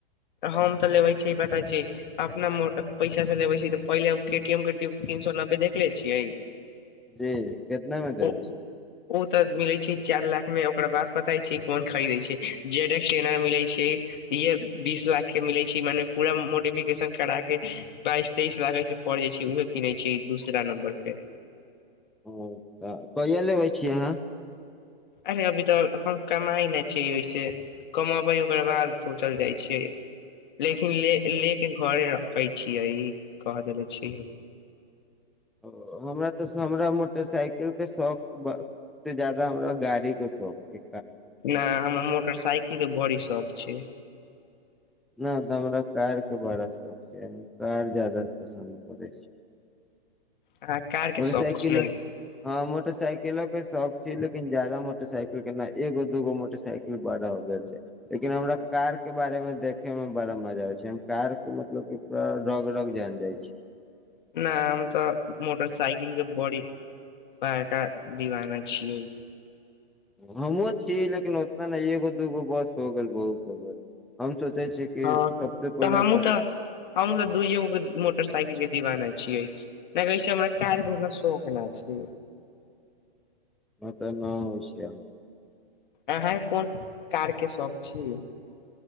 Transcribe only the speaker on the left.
हम तऽ लेबै छियै पता छी अपना मो पैसा से लेबै छी तऽ पहिले हम के टी एम के डीप तीन सए नब्बे देख ले छियै।
ओ
ओ तऽ मिलै छै चार लाख मे ओकरा बाद बताई छी कोन खरीदै छै जेड एक्स एना मिलै छै ईए बीस लाख के मिलै छै मने पूरा मोडिफिकेशन करा के बाईस तेइस लाख ऐसे पड़ जाइ छै उहे पीन्है छै दूसरा नम्बर पे।
अरे अभी तऽ हम कमाई ना छीयै ओहिसे कमबै ओकर बाद सोचल जाइ छियै लेकिन लेके लेके घरे अबै छियै कह देले छी
ना हमरा मोटरसाइकिल के बड़ी शौक छै।
अहाँ कार के
शौक छियै
ना हम तऽ मोटरसाईकिल के बड़ी बड़का दीवाना छियै।
हँ
तऽ हमूँ तऽ हमूँ तऽ दूईएगो मोटरसाइकिल दिवाना छियै नहि हमरा कारके उतना शौख ना छै
अहाँके कोन कारके शौक छी?